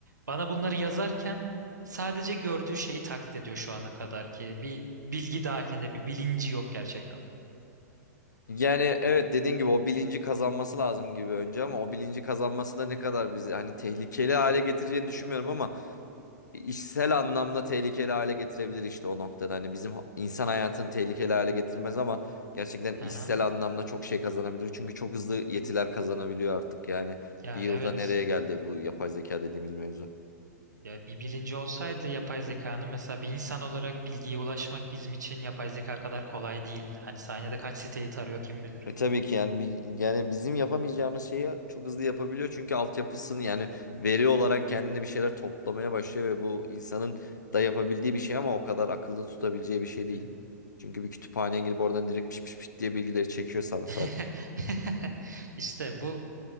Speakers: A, on the right (about 80°); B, on the left (about 90°).
A: bana bunları yazarken sadece gördüğü şeyi taklit ediyor şu ana kadar ki bir bilgi dahilinde bir bilinci yok gerçekten.
B: Yani evet dediğin gibi o bilinci kazanması lazım gibi önce ama o bilinci kazanması da ne kadar bizi hani tehlikeli hale getireceğini düşünmüyorum ama işsel anlamda tehlikeli hale getirebilir işte o noktada. Hani bizim ha- insan hayatını tehlikeli hale getirmez ama gerçekten
A: Hı
B: işsel
A: hı.
B: anlamda çok şey kazanabilir. Çünkü çok hızlı yetiler kazanabiliyor artık. Yani
A: Ya
B: bir yılda
A: evet.
B: nereye geldi bu yapay zeka dediğimiz mevzu?
A: Ya bir bilinci olsaydı yapay zekanın mesela bir insan olarak bilgiye ulaşmak bizim için yapay zeka kadar kolay değil. Hani saniyede kaç siteyi tarıyor kim bilir.
B: E tabii ki yani bir, yani bizim yapamayacağımız şeyi çok hızlı yapabiliyor çünkü altyapısını yani veri olarak kendine bir şeyler toplamaya başlıyor ve bu insanın da yapabildiği bir şey ama o kadar akılda tutabileceği bir şey
A: Hı
B: değil.
A: hı.
B: Çünkü bir kütüphaneye girip oradan direkt piş piş piş diye bilgileri çekiyor sana
A: <laughs>
B: zaten.
A: İşte bu